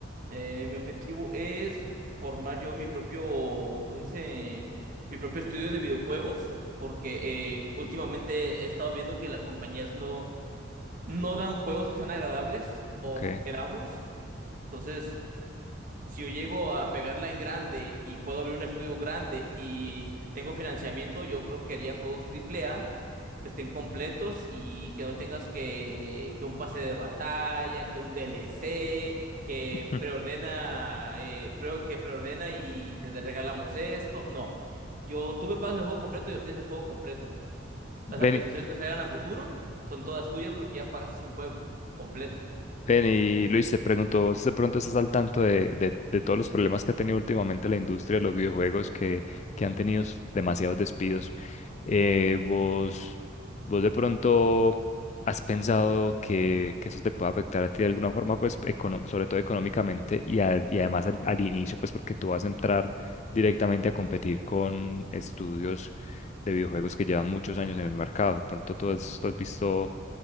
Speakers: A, on the right; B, on the left.
A: Eh, mi objetivo es formar yo mi propio, ¿cómo se dice? Mi propio estudio de videojuegos, porque eh, últimamente he estado viendo que las compañías no, no dan juegos que sean agradables o
B: Okay.
A: que queramos. Entonces, si yo llego a pegarla en grande y puedo abrir un estudio grande y tengo financiamiento, yo creo que haría juegos triple A que estén completos y que no tengas que, que un pase de batalla, que un DLC, que
B: Mm.
A: preordena, eh, pre- que preordena y te regalamos esto. No, yo, tú me pagas el juego completo y obtienes el juego completo.
B: Ven,
A: Las actualizaciones que salgan a futuro son todas tuyas porque ya pagaste un juego completo.
B: Ven y Luis, te pregunto, ¿vos de pronto estás al tanto de, de, de todos los problemas que ha tenido últimamente la industria de los videojuegos que, que han tenido s- demasiados despidos? Eh, ¿vos, vos de pronto has pensado que, que eso te puede afectar a ti de alguna forma, pues econo- sobre todo económicamente y, al- y además al, al inicio, pues porque tú vas a entrar directamente a competir con estudios de videojuegos que llevan muchos años en el mercado? ¿De pronto tú has, tú has visto